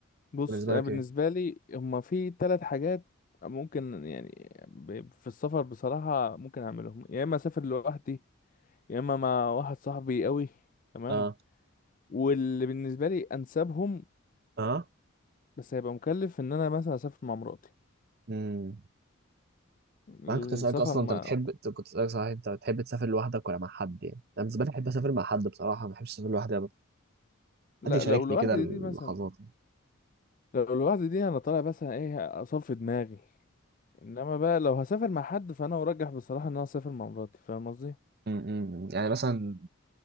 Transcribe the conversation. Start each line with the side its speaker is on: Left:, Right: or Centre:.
Left: بص
Right: بالنسبه
Left: انا
Right: لك
Left: بالنسبه
Right: ايه
Left: لي هما في ثلاث حاجات ممكن يعني ب- في السفر بصراحه ممكن اعملهم يا اما اسافر لوحدي يا اما مع واحد صاحبي قوي تمام
Right: اه
Left: واللي بالنسبة لي أنسبهم
Right: اه
Left: بس هيبقى مكلف إن أنا مثلا أسافر مع مراتي
Right: امم
Left: السفر
Right: انا كنت اسالك اصلا
Left: ما
Right: انت بتحب أنت كنت اسالك صحيح انت بتحب تسافر لوحدك ولا مع حد يعني انا بالنسبه لي بحب اسافر مع حد بصراحه ما بحبش اسافر لوحدي ابدا
Left: لا
Right: حد يشاركني
Left: لو لوحدي
Right: كده اللحظات
Left: دي مثلا
Right: يعني
Left: لو لوحدي دي أنا طالع مثلا إيه أصفي دماغي إنما بقى لو هسافر مع حد فأنا أرجح بصراحة إن أنا أسافر مع مراتي فاهم قصدي؟
Right: م- م- يعني مثلا